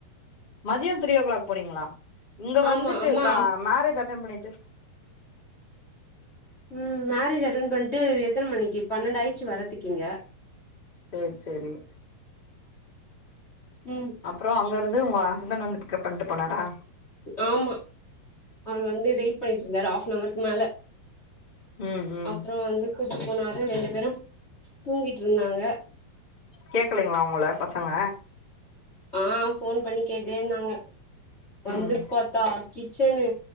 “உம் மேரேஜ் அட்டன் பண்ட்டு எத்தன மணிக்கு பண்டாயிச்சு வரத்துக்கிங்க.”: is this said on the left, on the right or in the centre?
Left